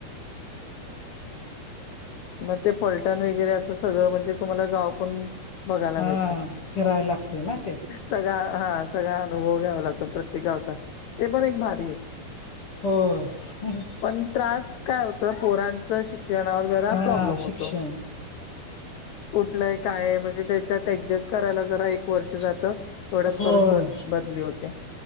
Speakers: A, on the left (about 75°); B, on the left (about 40°).
A: म ते पलटण वगैरे असं सगळं म्हणजे तुम्हाला गाव पण- बघायला
B: हां
A: भेटतं.
B: फिरायला लागते ना ते
A: सगळा हा सगळा अनुभव घ्यावा लागतो प्रत्येक गावचा. ते पण एक भारी आहे.
B: होय.
A: पण त्रास काय होतं, पोरांच्या शिक्षणावर जरा
B: हां
A: प्रॉब्लेम होतो.
B: शिक्षण
A: कुठलं ये, काये, म्हणजे त्याच्यात ऍडजेस्ट करायला जरा एक वर्ष जातं.
B: होय
A: परत ब बदली होते